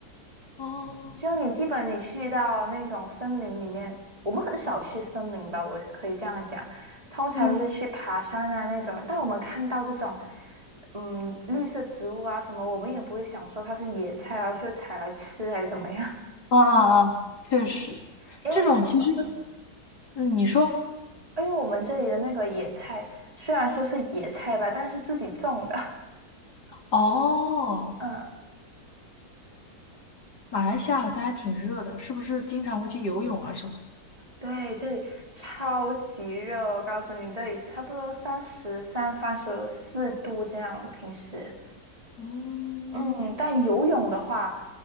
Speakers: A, on the left; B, on the right.
A: 哦，
B: 就你基本你去到那种森林里面，我们很少去森林吧，我可以这样讲，通常就是去爬山啊那种。
A: 嗯，
B: 但我们看到这种，嗯，绿色植物啊什么，我们也不会想说它是野菜，然后就采来吃还是怎么样，
A: 啊啊啊，确实，
B: <laughs> 因为嗯，
A: 这种其实，嗯，你说，
B: 因为我们这里的那个野菜虽然说是野菜吧，但是自己种的，
A: 哦，
B: <laughs> 嗯。
A: 马来西亚好像还挺热的，是不是经常会去游泳啊什么的
B: 对，这里超级热，我告诉你，这里差不多三十三、三十四度这样，平时。
A: 嗯，
B: 嗯，但游泳的话，